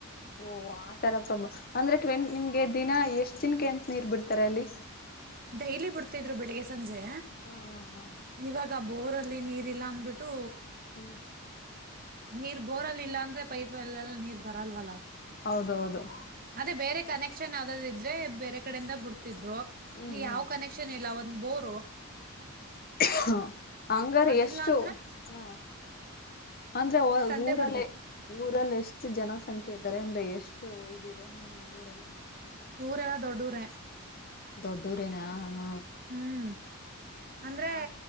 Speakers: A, on the left; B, on the right.
A: ಓಹ ಆ ತರ ಪ್ರಮ ಅಂದ್ರೆ ಟ್ವೆನ್ ನಿಮ್ಗೆ ದಿನ ಎಷ್ಟ್ ದಿನಕ್ಕೆ ಎಂತ ನೀರ್ ಬಿಡ್ತಾರೆ ಅಲ್ಲಿ
B: ಡೈಲಿ ಬಿಡ್ತಿದ್ರು ಬೆಳಿಗ್ ಸಂಜೆ
A: ಹ್ಮ್ ಹ್ಮ್ ಹ್ಮ್
B: ಇವಾಗ ಬೋರ್ಲ್ಲಿ ಲ್ಲಿ ನೀರ್ ಇಲ್ಲ ಅಂದ್ಬಿಟ್ಟು
A: ಹ್ಮ್
B: ನೀರ್ ಬೋರ್ಲ್ಲಿ ಇಲ್ಲ ಅಂದ್ರೆ ಪೈಪ್ ಎಲ್ಲೆಲ್ಲ ನೀರ್ ಬರಲ್ವಲ್ಲ
A: ಹೌದೌದು
B: ಅದೇ ಬೇರೆ ಕನೆಕ್ಷನ್ ಯಾವ್ದ ಇದ್ರೆ ಬೇರೆ ಕಡೆಯಿಂದ ಬಿಡ್ತಿದ್ರು
A: ಹ್ಮ್
B: ಇಲ್ಲಿ
A: ಹ್ಮ್
B: ಯಾವ್ ಕನೆಕ್ಷನ್ ಇಲ್ಲ ಅವ ಬೋರು
A: ಹ್ಮ ಹಂಗಾರ
B: ಅದಿಲ್ಲ
A: ಎಷ್ಟು
B: ಅಂದ್ರೆ
A: ಹ್ಮ್ ಅಜ್ರೆ
B: ತಂದೆ
A: ಊರಲ್ಲೇ
B: ಬಿಡ್ಬೇಕು
A: ಊರಲ್ಲ ಎಷ್ಟ ಹೆಚ್ಚು ಜನಸಂಖ್ಯೆ ಇದ್ದಾರೆ ಅಂದ್ರೆ ಎಷ್ಟು ಇದದೆ ನಿಮ್ಮ್ ಊರಲ್ಲಿ
B: ಊರೆಲ್ಲ ದೊಡ್ಡೂರ
A: ದೊಡ್ಡೂರೇನಾ ಹಾ
B: ಹ್ಮ್ ಅಂದ್ರೆ
A: ಹ